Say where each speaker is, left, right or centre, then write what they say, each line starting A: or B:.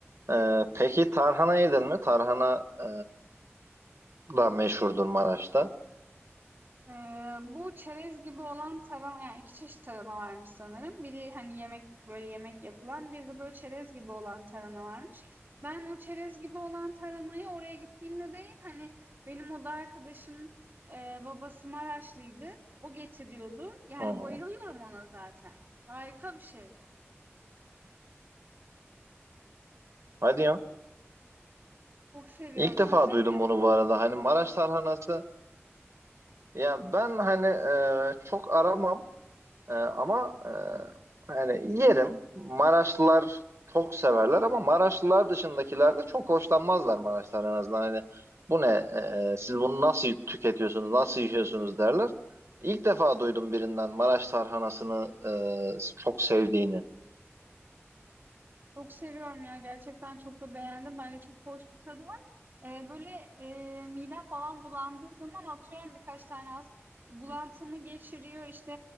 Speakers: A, on the right (about 80°); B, on the right (about 50°).
A: E, peki tarhana yedin mi? Tarhana e, da meşhurdur Maraş'ta.
B: Eee, bu çerez gibi olan tarhana, yani iki çeşit tarhana varmış sanırım. Biri hani yemek böyle yemek yapılan, bir de böyle çerez gibi olan tarhana varmış. Ben o çerez gibi olan tarhanayı oraya gittiğimde değil, hani benim oda arkadaşım eee, babası Maraşlıydı. O getiriyordu. Yani
A: Hı hı.
B: bayılıyorum ona zaten. Harika bir şey.
A: Hadi ya.
B: Çok seviyorum.
A: İlk
B: Sen
A: defa
B: sevmiyor
A: duydum bunu
B: musun?
A: bu arada. Hani Maraş tarhanası ya ben hani e, çok aramam E, ama e, hani yerim. Maraşlılar çok severler ama Maraşlılar dışındakiler de çok hoşlanmazlar Maraş tarhanasından. Hani bu ne? E, siz bunu nasıl tüketiyorsunuz? Nasıl yiyorsunuz derler. İlk defa duydum birinden Maraş tarhanasını e, çok sevdiğini.
B: Çok seviyorum ya. Gerçekten çok da beğendim. Bence çok hoş bir tadı var. Ee, böyle e, midem falan bulandığı zaman atıyorum birkaç tane az bulantımı geçiriyor işte